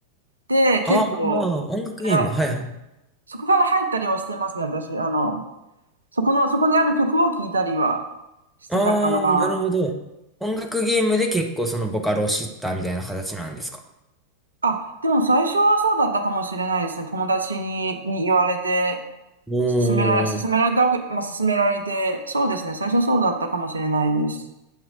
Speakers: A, on the right; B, in the centre.
A: で、結構、
B: あーあー、音楽ゲーム。
A: えら、
B: はいはい。
A: そこから入ったりはしてますね、私。あの、そこの、そこにある曲を聴いたりはしてたから。
B: ああ、なるほど。音楽ゲームで結構そのボカロを知ったみたいな形なんですか。
A: あ、でも最初はそうだったかもしれないですね。友達に、に言われて、
B: おー、
A: 勧められ、勧められたわけ、まあ、勧められて、そうですね。最初そうだったかもしれないです。